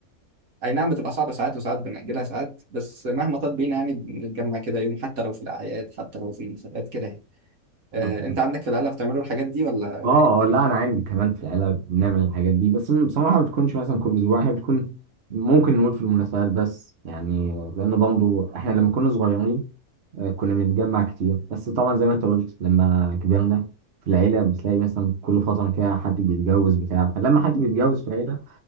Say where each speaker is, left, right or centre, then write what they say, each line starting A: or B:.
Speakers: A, on the right; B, on the right.
A: اي نعم بتبقى صعبه ساعات وساعات بنأجلها ساعات بس مهما طال بينا يعني بنتجمع كده يوم حتى لو في الاعياد حتى لو في المناسبات كده يعني آه،
B: اه
A: انت عندك في العيله بتعملوا الحاجات دي ولا
B: آه،
A: إيه الدنيا
B: لا انا عندي كمان في العيله بنعمل الحاجات دي بس بصراحه ما بتكونش مثلا كل اسبوع هي بتكون ممكن نقول في المناسبات بس يعني لان برضه احنا لما كنا صغيرين آه، كنا بنتجمع كتير بس طبعا زي ما انت قلت لما كبرنا في العيله بتلاقي مثلا كل فتره كده حد بيتجوز بتاع فلما حد بيتجوز في العيله